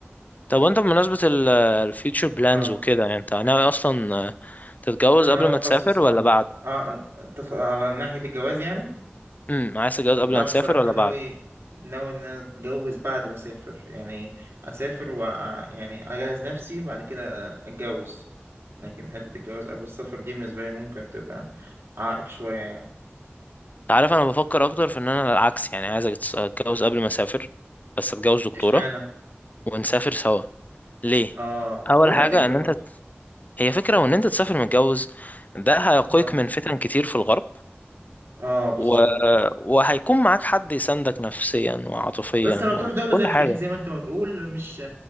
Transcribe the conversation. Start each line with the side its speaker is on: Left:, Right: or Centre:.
Left: طب وانت بمناسبة الفيوتشر بلانز
Right: اه
Left: وكده يعني انت ناوي اصلا تتجوز
Right: انا
Left: قبل
Right: ناوي اتخصص
Left: ما تسافر
Right: اه
Left: ولا بعد
Right: اه انت ف- على ناحية الجواز يعني
Left: امم عايز تتجوز
Right: لا
Left: قبل ما
Right: بصراحة
Left: تسافر ولا
Right: انا ناوي
Left: بعد
Right: ناوي ان انا اتجوز بعد ما اسافر يعني اسافر و يعني اجهز نفسي بعد كده اتجوز لكن حتة الجواز قبل السفر دي بالنسبة لي ممكن تبقى عائق شوية يعني
Left: انت عارف انا بفكر اكتر في ان انا العكس يعني عايز اتجوز قبل ما اسافر بس اتجوز دكتورة
Right: اشمعنى
Left: ونسافر سوا ليه
Right: اه
Left: اول
Right: والله
Left: حاجة
Right: فكرة
Left: ان
Right: برضه
Left: انت هي فكرة وان انت تسافر متجوز ده هيقيك
Right: اه
Left: من فتن كتير في الغرب
Right: اه بالظبط
Left: و... وهيكون معاك حد يساندك نفسيا وعاطفيا
Right: بس لو تروح
Left: وكل
Right: دولة زي الخليج
Left: حاجة
Right: زي ما انت ما بتقول مش